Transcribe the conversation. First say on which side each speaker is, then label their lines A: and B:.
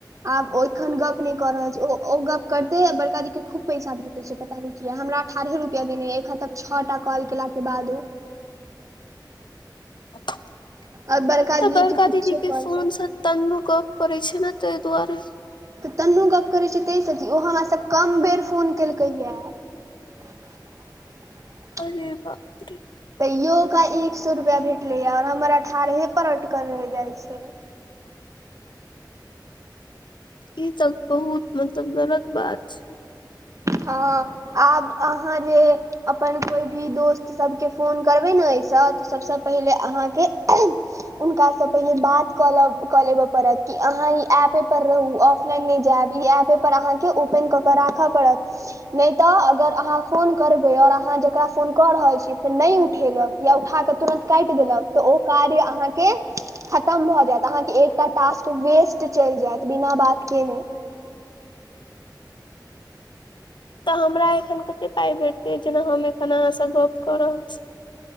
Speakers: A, on the right; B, on the left.
A: आब ओ एखन गप नहि कऽ रहल छै ओ ओ गप करते बड़का दी के खूब पैसा भेटै छै पर पता नै किये हमरा अठारहे रुपया देने ये एखन तक छौ टा कॉल केला के बादो
B: तऽ
A: और
B: बड़का
A: के किछे
B: दीदी के
A: कॉल
B: फोन
A: पर
B: स तनु गप करै छै ने तै दुआरे
A: तऽ तन्नू गप्प करै छै तहि सऽ कि ओ हमरा सऽ कम बेर फोन केलकै ये <inaudible>
B: अरे बापरे
A: तैयो ओकरा एक सौ रुपया भेटलै ये आओर हमर अठारहे पर अटकल रहि जाइ छै
B: ई तऽ बहुत मतलब गलत बात छै।
A: हँ आब अहाँ जे अपन कोइ भी दोस्त सभके फोन करबै न एहिसँ तऽ सभसँ पहिले अहाँके हुनकासँ पहिले बात कऽ लब लेब पड़त कि अहाँ ई ऐपे पर रहू ऑफ लाइन नहि जायब ई एपे पर अहाँके ओपेन कऽ के राख पड़त नय तऽ अगर अहाँ फोन करबै आओर अहाँ जेकरा फोन कऽ रहल छी से नै उठेलक या उठा कऽ तुरन्त काटि देलक तऽ ओ कार्य अहाँके खतम भऽ जैत अहाँके एकटा टास्क वेस्ट चलि जैत बिना बात केने।
B: तऽ हमरा एखन कते पाइ भेटतै जेना हम एखन अहाँसँ गप कऽ रहल छी।